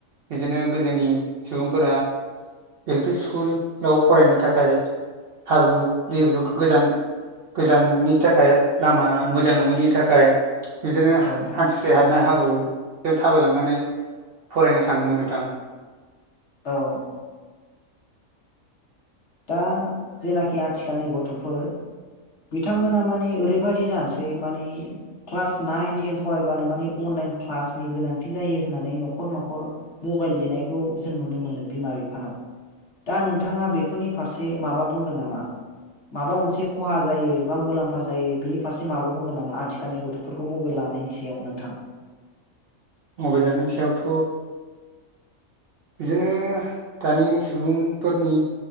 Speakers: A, on the right; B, on the left.
A: बिदिनो गोदोनि सुबुंफोरा एल पि स्कुलफ्राव फरायनो थाखाय हाब्रु-दैेब्रु गोजान गोजाननि थाखाय लामा मोजां नङैनि थाखाय बिदिनो
B: औ
A: हान्थुसे हाबना हाब्रुजों थाबायलांनानै फरायनो थाङोमोन नोंथां।
B: औ दा जेनाखि आथिखालनि गथ'फोर बिथांमोना मानि ओरैबायाददि जानोसै माने क्लास नाइन टेन फरायबानो माने अनलाइन क्लासनि गोनांथि जायो होननानै न'खर न'खर मबाइल बिनायखौ जों नुनो मोनो बिमा बिफानाव दा नोंथाङा बे - फोरनि फारसे माबा बुंगोन नामा? माबा मोनसे खहा जायो बा मुलाम्फा जायो बिनि फारसे माबा बुंगोन नामा? आथिखालनि गथफोरखौ मबाइल लानायनि सायाव नोंथां?
A: मबाइल लानायनि सायावथ' बिदिनो दानि सुबुंफोरनि